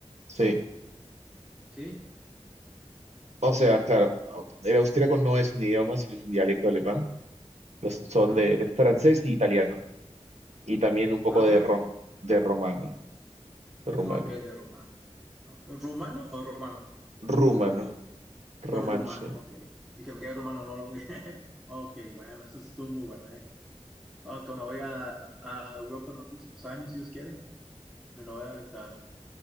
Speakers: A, on the right; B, in the centre.
A: Sí.
B: ¿sí?
A: O sea, claro, el austríaco no es un idioma, sino es un dialecto alemán. Los- son
B: Ujú.
A: de es francés y italiano. Y también un poco
B: Francés,
A: de, ro- de romano. de rumano.
B: ok, de rumano. ¿Rumano o romano?
A: Rumano. Romanche.
B: Rumán, ok. Dije, me quedé rumano, no. no. <laughs> Ok, bueno, eso estuvo muy bueno, ¿eh? Ah, cuando voy a, a Europa en los próximos años, si Dios quiere, me lo voy a aventar.